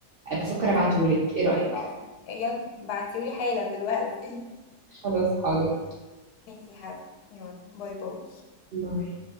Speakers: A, on the right; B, on the left.
A: بفكر
B: اه
A: ابعته لك ايه رايك
B: آه. يلا بعتيولي حالا دلوقتي
A: خلاص حاضر
B: <laughs> ماشي يا حبيبتي يلا باي باي
A: باي